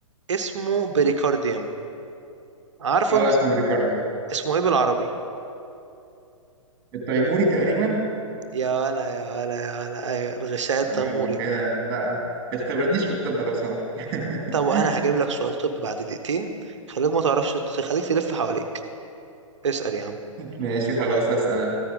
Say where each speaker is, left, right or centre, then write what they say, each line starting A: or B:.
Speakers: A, on the right; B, on the right.
A: اسمه بريكارديوم عارفه
B: اه
A: انت
B: اسمه بريكارد يعني
A: اسمه ايه بالعربي
B: التيموري تقريبا
A: يا ولا يا ولا يا ولا ايوه الغشاء التاموري
B: ايوه كده لا لا ما تختبرنيش في الطب لو سمحت <laughs>
A: طب انا هجيب لك سؤال طب بعد دقيقتين خليك ما تعرفش خليك تلف حواليك اسأل يا عم
B: ماشي خلاص هسأل انا